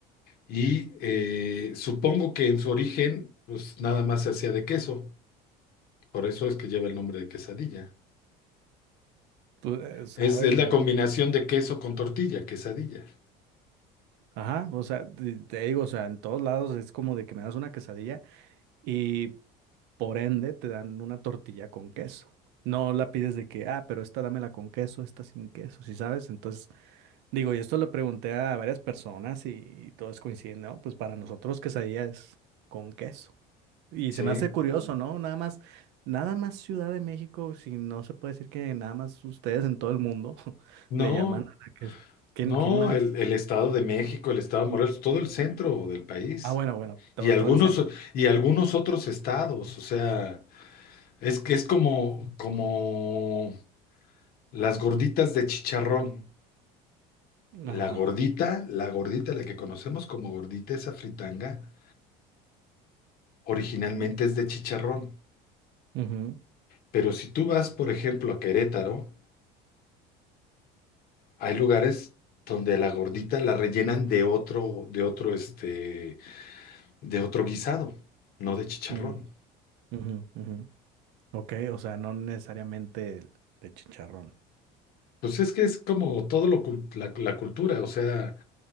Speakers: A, on the left; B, on the right.
A: Y eh, supongo que en su origen, pues nada más se hacía de queso. Por eso es que lleva el nombre de quesadilla.
B: tú eh, sabes
A: Es, es la
B: eso.
A: combinación de queso con tortilla, quesadilla.
B: Ajá, o sea, te, te digo, o sea, en todos lados es como de que me das una quesadilla y por ende te dan una tortilla con queso. No la pides de que, ah, pero esta dámela con queso, esta sin queso, ¿sí sabes? Entonces, digo, y esto lo pregunté a varias personas y, todos coinciden, ¿no? Pues para nosotros quesadilla es con queso. Y
A: Sí.
B: se me hace curioso, ¿no? Nada más, nada más Ciudad de México, si no se puede decir que nada más ustedes en todo el mundo <laughs>
A: No,
B: le llaman a la que ¿Quién,
A: no,
B: quién más?
A: el, el Estado de México, el Estado de Morelos, todo el centro del país.
B: Ah, bueno, bueno, todo,
A: Y algunos,
B: todo el centro.
A: y algunos otros estados. O sea, es que es como, como las gorditas de chicharrón.
B: Ajá.
A: La gordita, la gordita, la que conocemos como gordita, esa fritanga. originalmente es de chicharrón,
B: Ujú,
A: pero si tú vas, por ejemplo, a Querétaro, hay lugares donde la gordita la rellenan de otro, de otro, este, de otro guisado, no de chicharrón.
B: mm, ujú, ujú. Ok, o sea, no necesariamente el de chicharrón.
A: Pues es que es como todo lo, cul- la, la cultura, o sea,